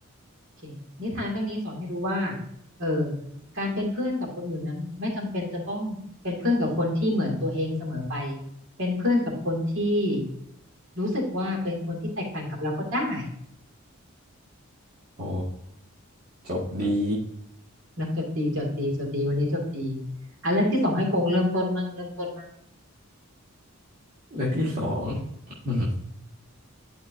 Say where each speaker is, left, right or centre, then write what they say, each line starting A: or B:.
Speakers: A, on the right; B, on the right.
A: โอเคนิทานเรื่องนี้สอนให้รู้ว่าเออการเป็นเพื่อนกับคนอื่นนั้นไม่จำเป็นจะต้องเป็นเพื่อนกับคนที่เหมือนตัวเองเสมอไปเป็นเพื่อนกับคนที่รู้สึกว่าเป็นคนที่แตกต่างกับเราก็ได้
B: โอ้จบดี
A: นะจบดีจบดีจบดีวันนี้จบดีอ่ะเรื่องที่สองให้พงษ์เริ่มต้นมั่งเริ่มต้นมั่ง
B: เรื่องที่สอง <clears throat>